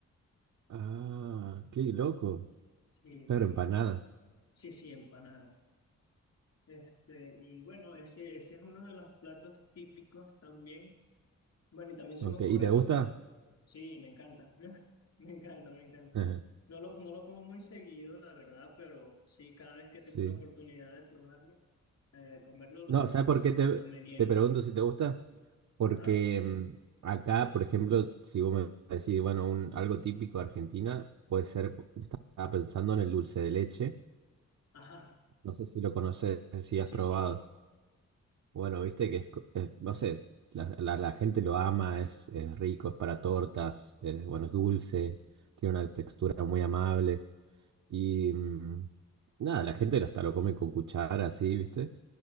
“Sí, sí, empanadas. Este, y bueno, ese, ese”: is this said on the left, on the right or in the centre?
Left